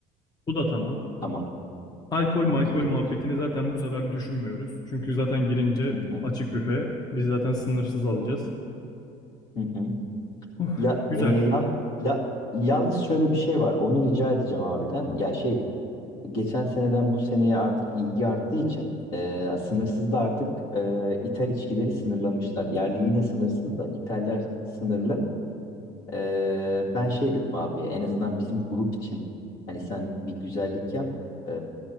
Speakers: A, on the left; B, on the left.
A: Bu da tamam.
B: Tamam.
A: Alkol
B: Okeydir.
A: malkol muhabbetini zaten bu sefer düşünmüyoruz. Çünkü zaten girince
B: Hı hı.
A: açık büfe. Biz zaten sınırsız alacağız.
B: Hı hı.
A: Uh,
B: Ya
A: güzel.
B: e, yan ya yalnız şöyle bir şey var. Onu rica edeceğim abiden. Ya şey geçen seneden bu seneye artık ilgi arttığı için e, sınırsız da artık e, ithal içkileri sınırlamışlar. Yerli yine sınırsız da ithaller sınırlı. E, ben şey dedim abi en azından bizim grup için hani sen bir güzellik yap. E,